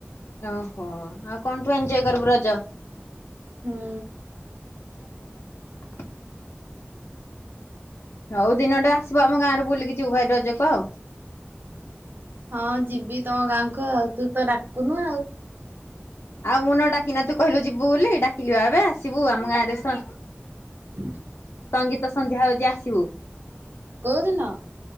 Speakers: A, on the left; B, on the right.
A: ଓହୋ ଆଉ କଣ ତୁ ଏଞଜୟ କରିବୁ ରଜ?
B: ହୁଁ।
A: ତମେ? ହଉ ଦିନଟେ ଆସିବ ଆମ ଗାଁରେ ବୁଲିକ ଯିବୁ ଭାରି ରଜକୁ ଆଉ
B: ହଁ ଯିବି ତମ ଗାଁକୁ ଆଉ ତୁ ତ ଡାକୁନୁ ଆଉ
A: ଆଉ ମୁଁ ନ ଡାକିନେ ତୁ କହିଲୁ ଯିବୁ ବୋଲି ଡାକିଲି ବା ଏବେ ଆସିବୁ ଆମ ଗାଁରେ ସ
B: ହୁଁ <unintelligible>
A: ସଙ୍ଗୀତ ସନ୍ଧ୍ୟା ହଉଛି ଆସିବୁ।
B: କୋଉଦିନ?